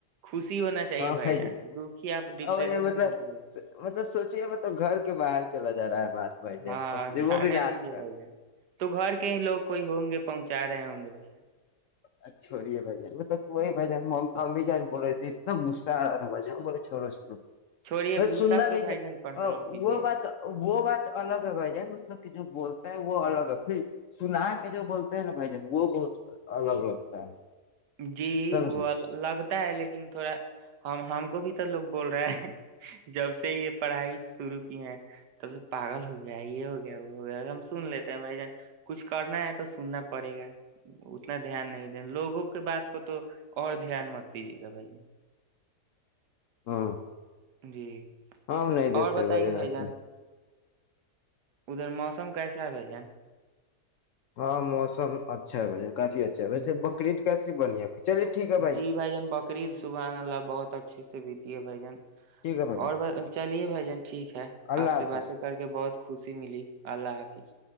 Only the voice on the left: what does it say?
ہاں بھائی
ج
ہ
مطلب
مطلب سوچیے ملب گھر کے باہر چلا جا رہا ہے بات بھائی جان
اور سوچے
وہ بھی رات
کا
ا چھڑی ہے بھائی جان مطلب کوئی بائی جان امی جان بول رہے تھے اتنا غصہ آ رہا تھا بھائی جان بولے چھورو سوو
ب
سننا
نہیں
چ
وہ بات وہ بات الگ ہے ب جائے مطب جو بولتا ہیں وہ الگ ہے پھر سنا کے جو بولتے ہیں نا بھائی جن وہ بہت الگ الگ لگتا ہے
سمجھے
ہاں
ہم نہیں دیتے
بجن
ای
سے
ہاں موسم اچھا ہے ب کافی اچھا ہے ویسے بکرعید کیسی بنی ہے چلیے ٹھیک ہے
ٹھیک ہے بھائی جان
اللہ
حافظ